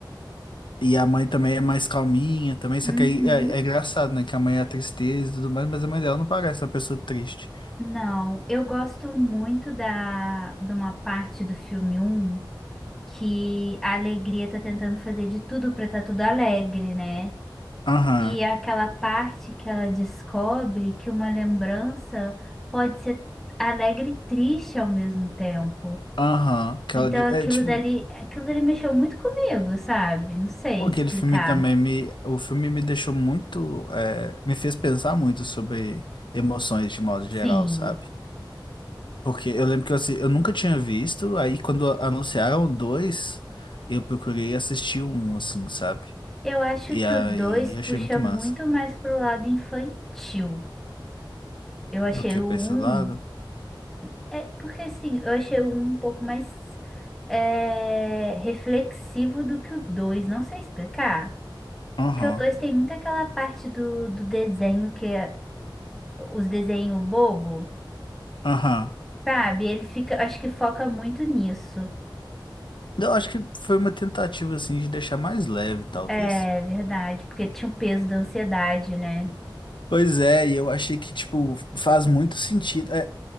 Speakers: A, on the left; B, in the centre.
A: E a mãe também é mais calminha, também, só
B: Uhum.
A: que aí é, é engraçado, né? Que a mãe é a tristeza e tudo mais, mas a mãe dela não parece uma pessoa triste.
B: Não, eu gosto muito da, de uma parte do filme um que a alegria tá tentando fazer de tudo pra tá tudo alegre, né?
A: Aham,
B: E é aquela parte que ela descobre que uma lembrança pode ser alegre e triste ao mesmo tempo.
A: aham. que
B: Então
A: ela di-
B: aquilo
A: é tipo,
B: dali, aquilo dali mexeu muito comigo, sabe? Não sei
A: aquele
B: explicar.
A: filme também me. O filme me deixou muito. é, me fez pensar muito sobre emoções de modo
B: Sim,
A: geral, sabe? Porque eu lembro que eu, assi- eu nunca tinha visto, aí quando anunciaram o dois, eu procurei assistir o um, assim, sabe?
B: eu acho
A: E
B: que
A: aí
B: o 2
A: eu
B: puxa
A: achei muito massa.
B: muito mais pro lado infantil. Eu achei
A: Do que
B: o
A: pra esse
B: um
A: lado.
B: é porque assim, eu achei o um um pouco mais é, reflexivo do que o 2 não sei explicar.
A: Aham,
B: Porque o 2 tem muito aquela parte do, do desenho que é os desenhos bobo,
A: aham.
B: sabe? Ele fica, acho que foca muito nisso.
A: Eu acho que foi uma tentativa, assim, de deixar mais leve, talvez.
B: É verdade, porque tinha o peso da ansiedade, né?
A: Pois é, e eu achei que, tipo, faz muito sentido. É,